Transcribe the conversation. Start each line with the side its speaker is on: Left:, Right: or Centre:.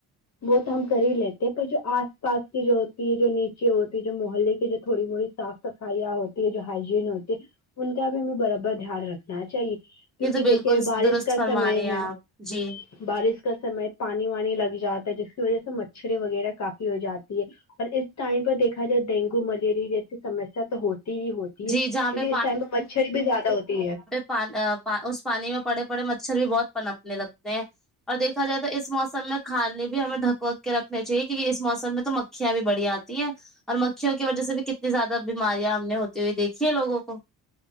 Left: وہ تو ہم کر ہی لیتے ہیں پر جو آس پاس کی جو ہوتی ہے جو نیچے ہوتی ہے جو محلے کی جو تھوڑی موڑی صاف صفائیاں ہوتی ہیں جو ہائجین ہوتی ہے ان کا بھی ہمیں برابر دھیان رکھنا چاہیے کیونکہ
Centre: یہ تو بالکل
Left: دیکھیے بارش
Centre: درست
Left: کا
Centre: فرما
Left: سمے
Centre: رہے ہیں
Left: ہے
Centre: آپ جی
Left: بارش کا سمے پانی وانی لگ جاتا ہے جس کی وجہ سے مچھرئیں وغیرہ کافی ہو جاتی ہیں اور اس ٹائم پہ دیکھا جائے ڈینگو ملیریا جیسی سمسیا تو ہوتی ہی ہوتی
Centre: جی
Left: کیونکہ
Centre: جہاں پہ
Left: اس ٹائم میں مچھرئیں بھی زیادہ ہوتی ہے
Centre: پاں ا اس پانی میں پڑے پڑے مچھر بھی بہت پنپنے لگتے ہیں اور دیکھا جائے تو اس موسم میں کھانے بھی ہمیں ڈھک وک کے رکھنے چاہیے کیونکہ اس موسم میں تو مکھیاں بھی بڑی آتی ہیں اور مکھیوں کی وجہ سے بھی کتنی زیادہ بیماریاں ہم نے ہوتی ہوئی دیکھی ہے لوگوں کو